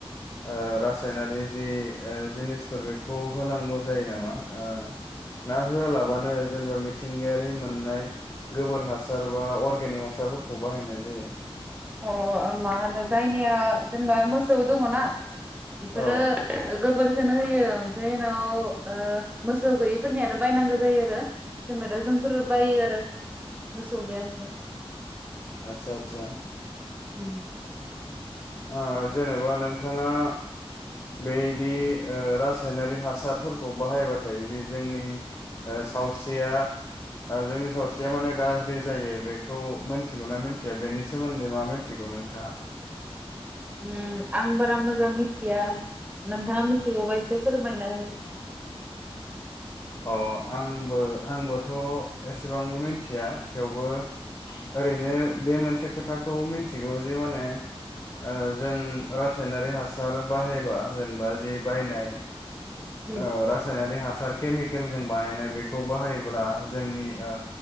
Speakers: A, on the left; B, on the right.
A: ओ रासायनारि जि ओ जिनिसफोर बेखौ होनांगौ जायो नामा ओ ना होआलाबानो जेनेबा मिथिंगायारि मोननाय गोबोर हासार बा अर्गेनिक हासारफोरखौ बाहायनाय जायो
B: अ मा होनो जायनिया जेनेबा मोसौ दङना बेफोरो
A: औ
B: गोबोर खोनो होयो ओमफ्राय उनाव ओ मोसौ गैयिफोरनिया बायनांगौ जायो आरो जेनेबा दा जोंफोर बायो आरो मोसौ गैया नालाय
A: आतसा आतसा
B: उ
A: आ जेनेबा नोंथाङा बेदि ओ रासायनारि हासारफोरखौ बाहायबाथाय जि जोंनि ओ सावस्रिया ओ जोंनि सावस्रिया माने गाज्रि जायो बेखौ मोनथिगौना मोनथिया बेनि सोमोन्दै मा मोनथिगौ नोंथाङा
B: ओ आं बारा मोजां मिथिया नोंथाङा मिथिगौबा एसे फोरमायना हो
A: अ आंबो आंबोथ' एसेबांबो मिथिया थेवबो ओरैनो बे मोनसे खोथाखौ मिथिगौ जे माने ओ जों रासा सायनारि हासार बाहायबा जेनेबा जि बायनाय
B: उम
A: ओ रासायनारि हासा सार केमिकेल जों बानायनाय बेखौ बाहायोब्ला जोंनि ओ